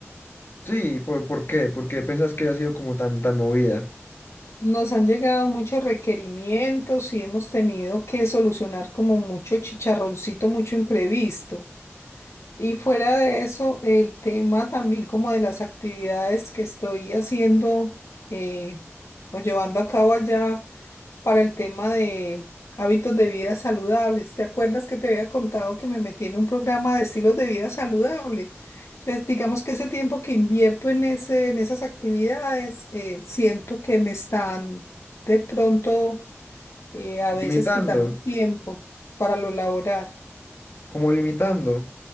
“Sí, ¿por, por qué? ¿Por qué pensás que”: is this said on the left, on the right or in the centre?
Left